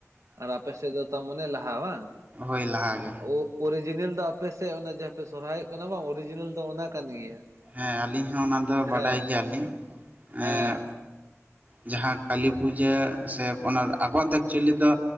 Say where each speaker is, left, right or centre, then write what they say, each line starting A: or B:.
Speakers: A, on the right; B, on the right.
A: ᱟᱨ ᱟᱯᱮ ᱥᱮᱫ ᱫᱚ ᱛᱚᱨ ᱢᱚᱱᱮ ᱞᱟᱦᱟ ᱵᱟᱝ?
B: ᱦᱳᱭ ᱞᱟᱦᱟᱜᱮ
A: ᱳᱼᱼ ᱚᱨᱤᱡᱤᱱᱟᱞ ᱫᱚ ᱟᱯᱮᱥᱮᱫ ᱚᱱᱟ ᱡᱟᱦᱟᱸᱯᱮ ᱥᱚᱨᱦᱟᱭᱚᱜ ᱠᱟᱱᱟ ᱵᱟᱝ ᱚᱨᱤᱡᱤᱱᱟᱞ ᱫᱚ ᱚᱱᱟ ᱠᱟᱱ ᱜᱮᱭᱟ᱾
B: ᱦᱮᱸ ᱟᱹᱞᱤᱧ ᱦᱚᱸ ᱚᱱᱟ ᱫᱚ ᱵᱟᱰᱟᱭ
A: ᱦᱮᱸ
B: ᱜᱮᱭᱟᱞᱤᱧ
A: ᱦᱮᱸ
B: ᱮᱸᱼᱼ ᱡᱟᱦᱟᱸ ᱠᱟᱹᱞᱤ ᱯᱩᱡᱟᱹ ᱥᱮ ᱚᱱᱟ ᱟᱵᱚᱣᱟᱜ ᱫᱚ ᱮᱠᱪᱩᱭᱮᱞᱤ ᱫᱚᱼᱼ